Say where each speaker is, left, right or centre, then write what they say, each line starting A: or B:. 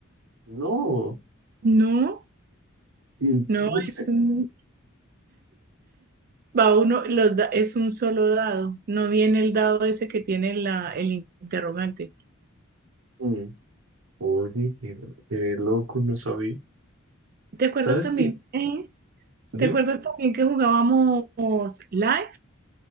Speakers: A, on the right (about 70°); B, on the right (about 45°).
A: No,
B: No,
A: y entonces,
B: no, es un- va uno, los da- es un solo dado. No viene el dado ese que tiene la, el interrogante.
A: mm, oye, qué, qué loco, no sabía.
B: ¿Te acuerdas
A: ¿Sabes
B: también?
A: qué?
B: eh? ¿Te
A: Dime.
B: acuerdas también que jugábamos live?